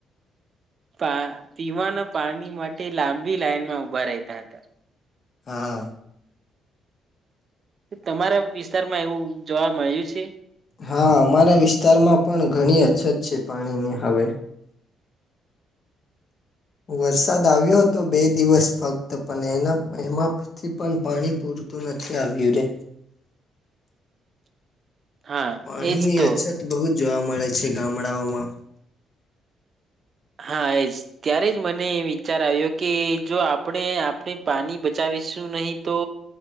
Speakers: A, on the right; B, on the left.
A: પા પીવાના પાણી માટે લાંબી લાઈનમાં ઉભા રહેતા હતા.
B: હા.
A: તમારા વિસ્તારમાં એવું જોવા મળ્યું છે?
B: હા અમારા વિસ્તારમાં પણ ઘણી અછત છે પાણીની હવે. વરસાદ આવ્યો હતો બે દિવસ ફક્ત પણ એના એમાંથી પણ પાણી તુ નથી આવ્યુ રે
A: <inaudible> હા
B: પાણીની
A: એજ તો
B: અછત બહુ જ જોવા મળે છે ગામડાઓમા.
A: હા એજ ત્યારે જ મને વિચાર આવ્યો કે જો આપણે આપણે પાણી બચાવ શું નહીં તો